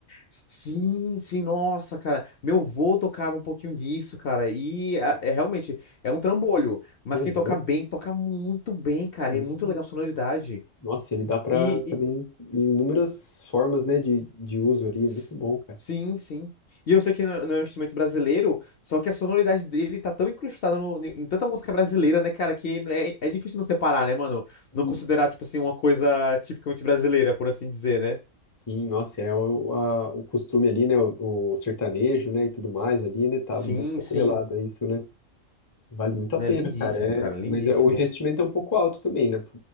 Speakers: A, on the left; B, on the left.
A: Sim, sim, nossa, cara. Meu vô tocava um pouquinho disso, cara. E é, é realmente, é um trambolho. Mas
B: Aham,
A: quem toca bem, toca muito bem, cara.
B: sim.
A: É muito legal a sonoridade.
B: Nossa, ele dá para
A: E
B: também inúmeras formas, né, de, de uso ali,
A: S-
B: muito bom, cara.
A: Sim, sim. E eu sei que não é, não é um instrumento brasileiro, só que a sonoridade dele tá tão incrustada no- em tanta música brasileira, né, cara, que é, é difícil não separar, né, mano? Não considerar,
B: Isso.
A: tipo assim, uma coisa tipicamente brasileira, por assim dizer, né?
B: Sim, nossa, é o, a- o costume ali, né, o, o sertanejo, né, e tudo mais ali, né, tá
A: Sim,
B: muito atrelado
A: sim.
B: a isso, né? Vale muito a
A: Né,
B: pena,
A: lindíssimo,
B: cara,
A: cara,
B: é,
A: lindíssimo.
B: mas é, o investimento é um pouco alto também, né?